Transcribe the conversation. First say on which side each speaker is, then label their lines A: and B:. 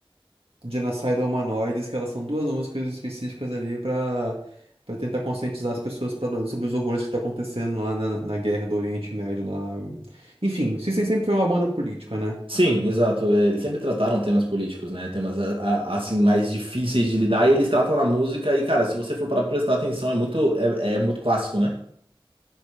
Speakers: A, on the right; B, on the right.
A: Genocidal Humanoids, que elas são duas músicas específicas ali pra, pra tentar conscientizar as pessoas pra- sobre os horrores que tá acontecendo lá na, na guerra do Oriente Médio lá, enfim, System sempre foi uma banda política, né?
B: Sim, exato. É, Eles sempre trataram temas políticos, né? Temas a- a- assim mais difíceis de lidar. E eles tratam na música. E cara, se você for para prestar atenção, é muito é, é muito clássico, né? <laughs>